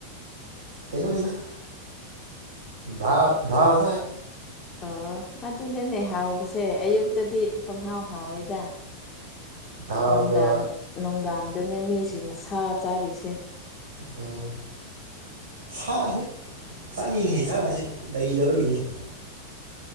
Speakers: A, on the right; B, on the left.
A: ꯀꯅꯤꯅꯤꯗ ꯙꯥꯜ ꯙꯥꯜ ꯆꯥꯢ
B: ꯑꯣ ꯑꯗꯨꯅꯦꯅꯦ ꯍꯥꯎꯕꯁꯦ ꯑꯌꯨꯛꯇꯗꯤ ꯄꯪꯍꯥꯎ ꯍꯥꯎꯋꯦꯗ
A: ꯗꯥꯜꯒ
B: ꯅꯨꯡꯗꯥꯡ ꯅꯨꯡꯗꯥꯡꯗꯅꯦ ꯃꯤꯁꯤꯡꯅ ꯁꯥ ꯆꯥꯔꯤꯁꯦ
A: ꯑꯝ ꯁꯥꯁꯦ ꯆꯥꯅꯤꯡꯉꯤꯅꯦ ꯁꯥꯁꯦ ꯂꯩꯗꯕꯒꯤꯅꯤꯅꯦ